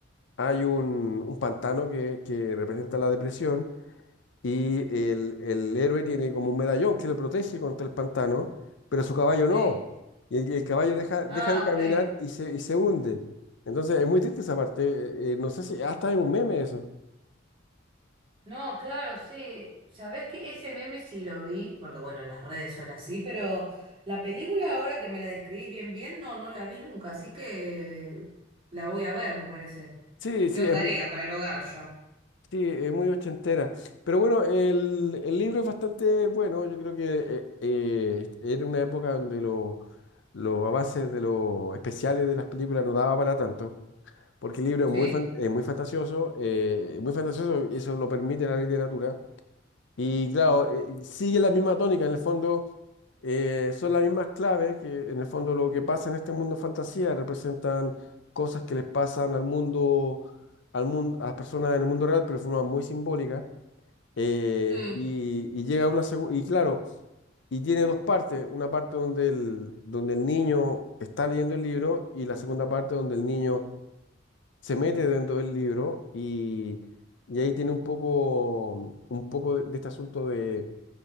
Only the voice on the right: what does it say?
Sí.
Ah,
ok.
No, claro, sí. Sabés que ese meme sí lo vi, porque bueno, las redes son así, pero la película ahora que me la describís bien, bien, no, no la vi nunca, así que la voy a ver, me parece.
Tengo
tarea
para el hogar ya.
Sí,
sí,